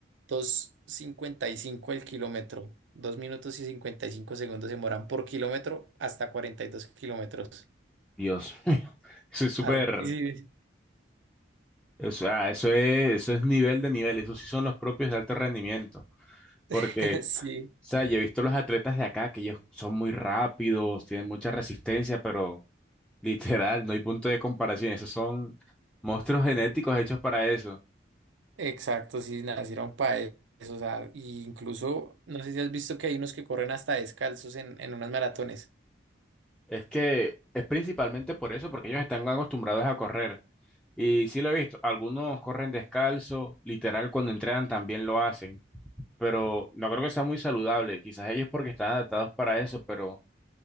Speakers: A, on the right; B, in the centre.
A: dos cincuenta y cinco el kilómetro. dos minutos y cincuenta y cinco segundos se demoran por kilómetro hasta 42 kilómetros.
B: Dios <laughs> mío, eso es súper,
A: Arti-
B: o sea, eso es, eso es nivel de nivel, eso sí son los propios de alto rendimiento,
A: <laughs>
B: porque,
A: Sí,
B: o sea, yo he visto los atletas de acá que ellos son muy rápidos, tienen mucha resistencia, pero literal, no hay punto de comparación, esos son monstruos genéticos hechos para eso.
A: exacto, sí, nacieron para eso. O sea, y incluso, no sé si has visto que hay unos que corren hasta descalzos en, en unas maratones.
B: Es que es principalmente por eso, porque ellos están acostumbrados a correr. Y sí lo he visto, algunos corren descalzo, literal cuando entrenan también lo hacen, pero no creo que sea muy saludable, quizás ellos porque están adaptados para eso, pero